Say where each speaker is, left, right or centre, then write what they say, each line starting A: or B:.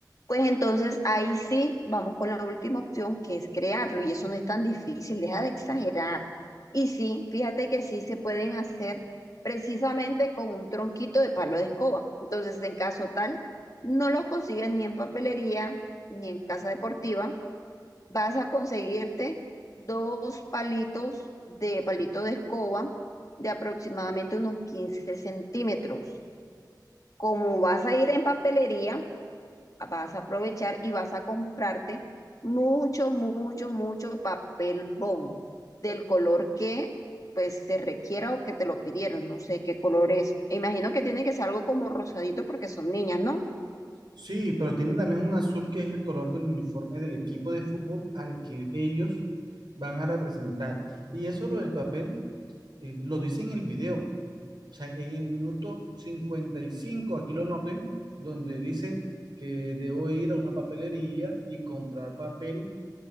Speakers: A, on the left (about 50°); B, on the right (about 85°).
A: pues entonces ahí sí vamos con la última opción que es crearlo y eso no es tan difícil, deja de exagerar. Y sí, fíjate que sí se pueden hacer precisamente con un tronquito de palo de escoba. Entonces, en caso tal, no los consigues ni en papelería, ni en casa deportiva, vas a conseguirte dos palitos de palito de escoba de aproximadamente unos 15 centímetros. Como vas a ir en papelería, vas a aprovechar y vas a comprarte mucho, mucho, mucho papel bond del color que pues se requiera o que te lo pidieron. No sé qué color es. Imagino que tiene que ser algo como rosadito porque son niñas, ¿no?
B: Sí, pero tiene también un azul que es el color del uniforme del equipo de fútbol al que ellos van a representar. Y eso lo del papel eh, lo dice en el video. O sea, en el minuto 55 aquí lo noté, donde dice que debo ir a una papelería y comprar papel,